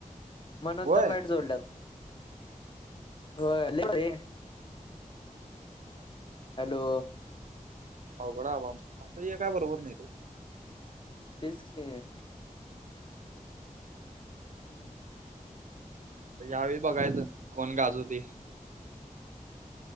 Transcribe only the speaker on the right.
होय.
अवघड अवाम असंये काय बरोबर नाई ते.
यावेळी बघायचं कोण गाजवते.